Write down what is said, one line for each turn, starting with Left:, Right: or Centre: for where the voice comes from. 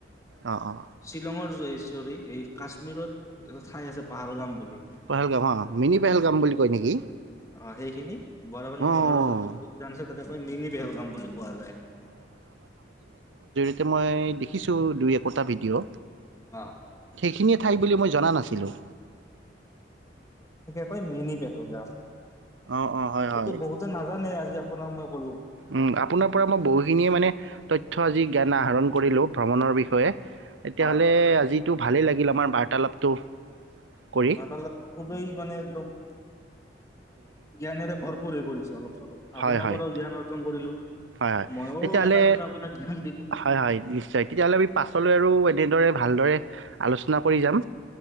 Right: অঁ অঁ
Left: শ্বিলঙৰ <inaudible> চৰী এই কাশ্মীৰত এটা ঠাই আছে পাহালগাম বুলি।
Right: পেহেলগাম অ' মিনি পেহেলগাম বুলি কয় নেকি?
Left: অ সেইখিনি বৰাপানী
Right: অ'
Left: হ্ৰদৰ কাষত উদ্যান আছে তাতে কয় মিনি পেলগাম বুলি কোৱা যায়।
Right: এতিয়া মই দেখিছোঁ দুই একোটা ভিডিঅ'
Left: অ'
Right: সেইখিনিয়ে ঠাই বুলি মই জনা নাছিলোঁ।
Left: অ' মিনি পেহেলগাম।
Right: অ-অ হয়-হয়
Left: এইটো বহুতে নাজানে আজি আপোনাক মই কলো
Right: উম আপোনাৰ পৰা মই বহুখিনিয়ে মানে তথ্য আজি জ্ঞান আহৰণ। কৰিলোঁ ভ্ৰমণৰ বিষয়ে। তেতিয়া
Left: হয়
Right: হ'লে আজি এইটো ভালেই লাগিল আমাৰ বাৰ্তালাপটো। কৰি
Left: বাৰ্তালাপ খুবেই মানে একদম জ্ঞানেৰে ভৰপূৰ হৈ পৰিছে। অলপ চলপ আপোনাৰ
Right: হয়-হয়-হয়-হয়,
Left: পৰাও জ্ঞান অৰ্জন কৰিলো মইও
Right: তেতিয়াহ'লে
Left: এটা দুটা আপোনাক জ্ঞান দিলো
Right: হয়-হয় নিশ্চয়, তেতিয়াহ'লে আমি পাছলৈ আৰু এনেদৰে ভালদৰে আলোচনা কৰি যাম।